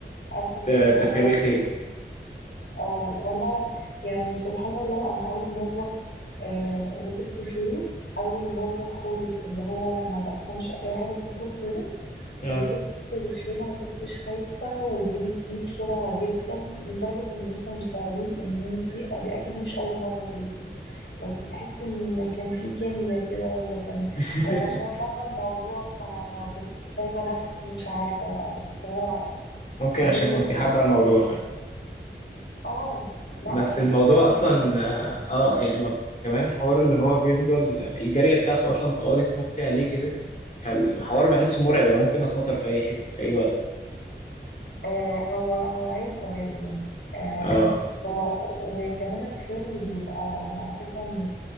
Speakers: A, on the left; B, on the left.
A: أركب
B: ت-
A: خيل أنا
B: تركبي خيل
A: اه وأنا يعني سبحان الله أنا أول مرة آه ركبت خيل أول مرة خالص اللي هو أنا ما بفهمش أي حاجة في ركوب الخيل
B: اه
A: ركبت الخيل وما كنتش خايفة وجريت بيه بسرعة جدا لدرجة إن الناس كانوا مستغربين إن دي دي أكيد مش أول مرة ليكي بس تحس إن كان في كيمياء كده ولا كان
B: <laughs>
A: ولا عشان أنا حابة الموضوع فكنت سايبة نفسي مش عارفة بقى بس هو
B: ممكن
A: جميل
B: عشان كنت
A: جدا
B: حابة الموضوع فعلا
A: اه لا
B: بس
A: ركوب
B: الموضوع
A: الخيل
B: أصلا
A: جميل
B: اه آه، يعني ما- كمان حوار اللي هو بيفضل الجارية بتاعته أصلا بتقعدي تنطي عليه كده فالحوار بحسه مرعب أنا ممكن أتنطر في أي حتة في أي وقت
A: آه هو هو عايز توازن آه
B: اه
A: هو وكمان الخيل بيبقى على فكرة من